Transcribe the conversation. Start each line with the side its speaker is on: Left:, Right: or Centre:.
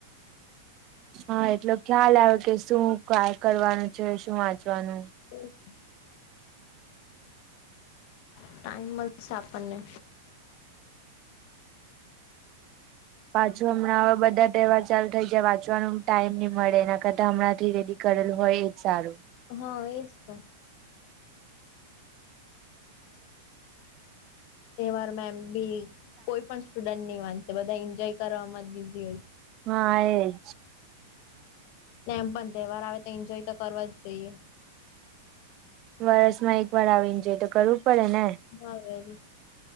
Right: હા, એટલો ખ્યાલ આવે કે શું કરવાનું છે, શું વાંચવાનું.
Left: ઓકે. ટાઈમ છે આપણને.
Right: પાછું હમણાં હવે બધા ટહેવાર ચાલુ થઈ જાય, વાંચવાનો ટાઈમ નહીં મળે. એના કરતા હમણાં થી કરેલું હોય એ સારું.
Left: હા, એ જ. તહેવાર મે એમ બી કોઈ પણ સ્ટુડન્ટ નહી વાંચશે. બધા એન્જોય કરવામાં જ બીઝી હોય.
Right: હા, એજ.
Left: એમ પણ, તહેવાર આવે તો એન્જોય તો કરવા જ જોઈએ.
Right: વર્ષ માં એક વાર આવીને જોએ તો, કરવું પડે ને.
Left: હા, જ